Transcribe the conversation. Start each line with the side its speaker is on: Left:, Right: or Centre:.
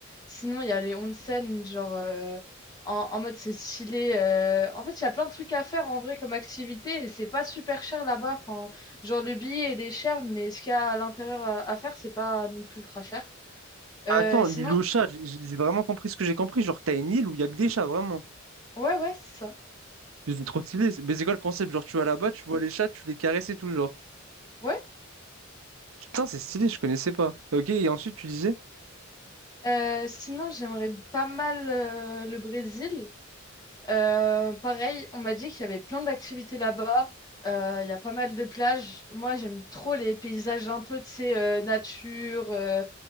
Left: Sinon, il y a les onsen, genre, euh, en, en mode c'est stylé. euh, En fait, il y a plein de trucs à faire en vrai comme activité et c'est pas super cher là-bas. Enfin, genre, le billet il est cher, mais ce qu'il y a à l'intérieur à, à faire, c'est pas non plus ultra cher.
Right: Attends,
Left: Euh, sinon,
Right: l'île aux chats, j'ai j'ai- j'ai vraiment compris ce que j'ai compris. Genre, t'as une île où il y a que des chats, vraiment.
Left: ouais, ouais, c'est ça.
Right: Mais c'est trop stylé. c'est- Mais c'est quoi le concept? Genre, tu vas là-bas, tu vois les chats, tu les caresses et tout, genre.
Left: Ouais.
Right: Putain, c'est stylé, je connaissais pas. Ok, et ensuite tu disais?
Left: Euh, sinon, j'aimerais pas mal euh, le Brésil. Euh, pareil, on m'a dit qu'il y avait plein d'activités là-bas. Euh, Il y a pas mal de plages. Moi, j'aime trop les paysages un peu, de ces euh, nature euh,